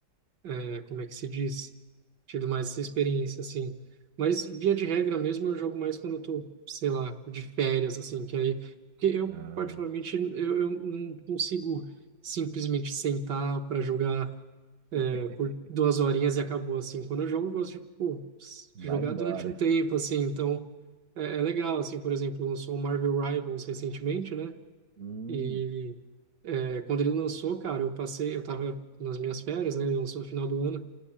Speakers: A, on the right; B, on the right.
A: é, como é que se diz? Tido mais essa experiência, assim. Mas, via de regra mesmo, eu jogo mais quando eu tô, sei lá, de férias, assim, que aí... Porque eu,
B: Ah,
A: particularmente, eu, eu não consigo simplesmente sentar para jogar
B: <laughs>
A: é, por duas horinhas e acabou, assim. Quando eu jogo, eu gosto de, pô,
B: vai
A: jogar
B: embora.
A: durante um tempo, assim, então... É, é legal, assim, por exemplo, lançou o Marvel Rivals recentemente, né?
B: Hum,
A: E... É, quando ele lançou, cara, eu passei, eu tava nas minhas férias, né? Ele lançou no final do ano.